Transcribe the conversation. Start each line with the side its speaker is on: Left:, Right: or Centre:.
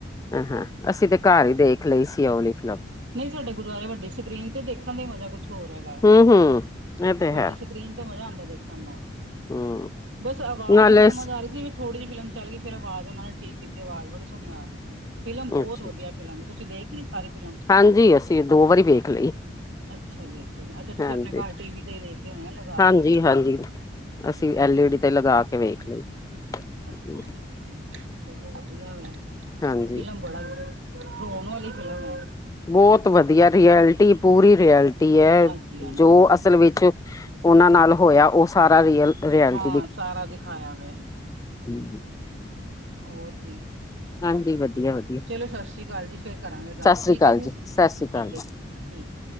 Left: ਅੱਛਾ ਅਸੀਂ ਤੇ ਘਰ ਈ ਦੇਖ ਲਈ ਸੀ ਆ ਵਾਲੀ ਫਿਲਮ।
Right: ਨਈ ਸਾਡੇ ਗੁਰਦੁਆਰੇ ਵੱਡੀ ਸਕਰੀਨ ਤੇ ਦੇਖਣ ਦਾ ਈ ਮਜ਼ਾ ਕੁੱਛ ਹੋਰ ਹੈਗਾ
Left: ਹਮ ਹਮ ਇਹ ਤੇ
Right: ਵੱਡੀ
Left: ਹੈ
Right: ਸਕ ਸਕਰੀਨ ਤੇ ਮਜ਼ਾ ਆਂਦਾ ਦੇਖਣ ਦਾ
Left: ਹਮ
Right: ਬਸ ਆਵਾਜ਼
Left: ਨਾਲੇ
Right: ਨੀ ਸਮਝ ਆ ਰਹੀ ਸੀ ਵੀ ਥੋੜੀ ਜੀ ਫਿਲਮ ਚਲ ਗਈ ਫਿਰ ਆਵਾਜ਼ ਓਨਾ ਨੇ ਠੀਕ ਕੀਤੀ, ਆਵਾਜ਼ ਬੜੀ ਸੋਹਣੀ ਆ ਰਹੀ ਸੀ, ਫਿਲਮ
Left: ਅੱਛਾ
Right: ਬੋਤ ਵਧੀਆ। ਫਿਲਮ ਤੁਸੀਂ ਦੇਖ ਲੀ ਸਾਰੀ ਫਿਲਮ?
Left: ਹਾਂਜੀ, ਅਸੀਂ ਦੋ ਵਾਰੀ ਵੇਖ ਲਈ।
Right: ਅੱਛਾ ਜੀ ਅੱਛਾ, ਅੱਛਾ ਤੁਸੀਂ
Left: ਹਾਂਜੀ
Right: ਆਪਣੇ ਘਰ ਟੀ ਵੀ ਤੇ ਈ ਦੇਖ ਲੀ ਹੋਣੀ ਆ ਲਗਾ
Left: ਹਾਂਜੀ
Right: ਕੇ।
Left: ਹਾਂਜੀ। ਅਸੀਂ
Right: ਅੱਛਾ
Left: ਐਲ ਈ
Right: ਜੀ
Left: ਡੀ
Right: ਅੱਛਾ
Left: ਤੇ ਲਗਾ ਕੇ ਵੇਖ ਲਈ।
Right: ਅੱਛਾ
Left: ਹੂੰ
Right: ਜੀ, ਚਲੋ ਵਧੀਆ ਵਾ
Left: ਹਾਂਜੀ
Right: ਫਿਲਮ ਬੜਾ ਵਧੀ ਰੋਣ ਆਲੀ ਫਿਲਮ ਐ।
Left: ਬੋਤ ਵਧੀਆ ਰੀਐਲਿਟੀ ਪੂਰੀ ਰੀਐਲਿਟੀ ਐ
Right: ਹਾਂਜੀ ਹਾਂਜੀ
Left: ਜੋ ਅਸਲ ਵਿੱਚ ਓਨਾਂ ਨਾਲ ਹੋਇਆ, ਓ ਸਾਰਾ ਰੀਅਲ ਰਿਐਲਿਟੀ
Right: ਹਾਂ, ਸਾਰਾ ਦਿਖਾਇਆ ਵਾ।
Left: ਹੂੰ।
Right: ਹੋਰ ਜੀ।
Left: ਹਾਂਜੀ, ਵਧੀਆ-ਵਧੀਆ।
Right: ਚਲੋ ਸਸ੍ਰੀ ਅਕਾਲ ਜੀ ਫੇਰ ਕਰਾਂਗੇ ਗੱਲ
Left: ਸ੍ਰੀ
Right: ਠੀਕ
Left: ਅਕਾਲ
Right: ਆ ਜੀ-ਠੀਕ
Left: ਜੀ ਸਤਿ ਸ੍ਰੀ ਅਕਾਲ
Right: ਆ ਜੀ ਠੀਕ।